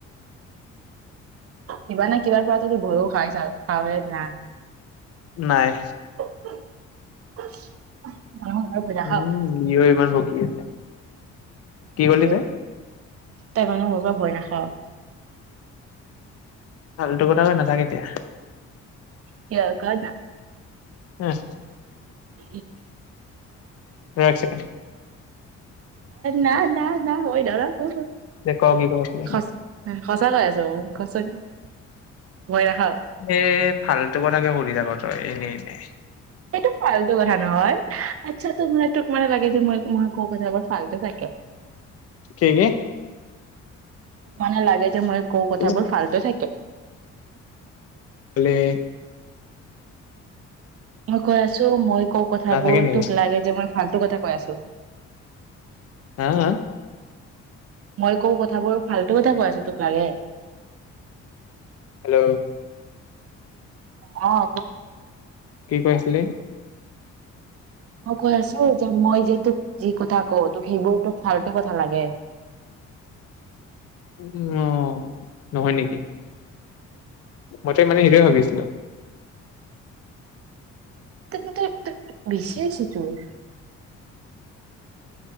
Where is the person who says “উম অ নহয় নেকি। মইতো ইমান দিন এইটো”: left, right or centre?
Left